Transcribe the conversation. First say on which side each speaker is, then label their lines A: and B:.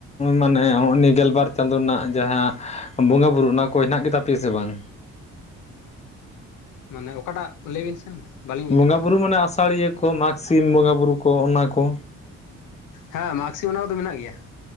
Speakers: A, on the left; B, on the left.
A: ᱢᱟᱱᱮ ᱱᱚᱜ ᱚᱭ ᱜᱮᱞᱵᱟᱨ ᱪᱟᱸᱫᱚ ᱨᱮᱱᱟᱜ ᱡᱟᱸᱦᱟ, ᱵᱚᱸᱜᱟ ᱵᱩᱨᱩ ᱚᱱᱟ ᱠᱚ ᱦᱮᱱᱟᱜ ᱜᱮ ᱛᱟᱯᱮᱭᱟ ᱥᱮ ᱵᱟᱝ?
B: ᱢᱟᱱᱮ ᱚᱠᱟᱴᱟᱜ ᱞᱟᱹᱭ ᱵᱤᱱ ᱥᱮ᱾ ᱵᱟᱹᱞᱤᱧ ᱵᱩᱡᱽ
A: ᱵᱚᱸᱜᱟ
B: ᱫᱟᱲᱮᱭᱟᱫᱟ
A: ᱵᱩᱨᱩ ᱢᱟᱱᱮ ᱟᱥᱟᱲᱤᱭᱟᱹ ᱠᱚ ᱢᱟᱜᱽ ᱥᱤᱢ ᱵᱚᱸᱜᱟ ᱵᱩᱨᱩ ᱠᱚ ᱚᱱᱟ ᱠᱚ᱾
B: ᱦᱮᱸ ᱢᱟᱜᱽ ᱥᱤᱢ ᱚᱱᱟ ᱠᱚᱫᱚ ᱢᱮᱱᱟᱜ ᱜᱮᱭᱟ᱾